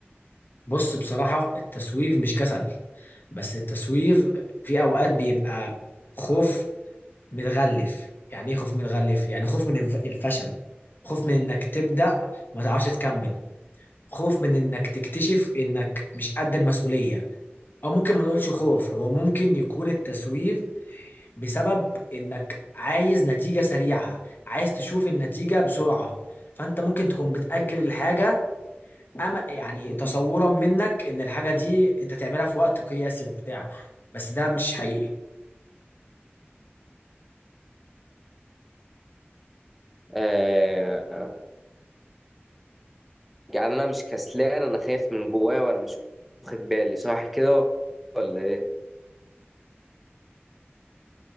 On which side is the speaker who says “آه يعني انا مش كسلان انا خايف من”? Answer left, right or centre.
Centre